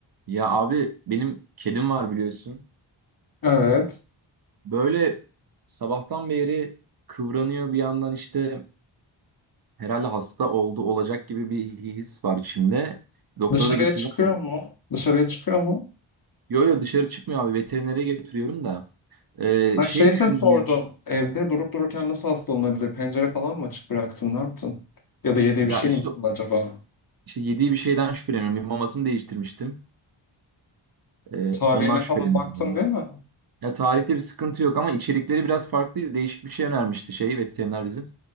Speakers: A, on the right; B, on the left.
A: Ya abi benim kedim var biliyorsun.
B: Evet.
A: Böyle sabahtan beri kıvranıyor bir yandan işte herhalde hasta oldu olacak gibi bir his var içimde. Doktora
B: Dışarıya
A: da götüreceğim.
B: çıkıyor
A: onu.
B: mu? Dışarıya çıkıyor mu?
A: Yo yo dışarı çıkmıyor abi veterinere getiriyorum da. Ee,
B: Her
A: şey
B: şey için
A: düşündüm
B: sordum.
A: ya.
B: Evde durup dururken nasıl hastalanabilir? Pencere falan mı açık bıraktın? Ne yaptın? Ya da yediği
A: Ya
B: bir şey
A: işte
B: mi dokundu acaba?
A: işte yediği bir şeyden şüpheleniyorum. Bir mamasını değiştirmiştim. Ee,
B: Tarihine
A: ondan şüpheleniyorum
B: falan baktın
A: ya.
B: değil mi?
A: Ya tarihte bir sıkıntı yok ama içerikleri biraz farklıydı. Değişik bir şey önermişti şey veteriner bizim.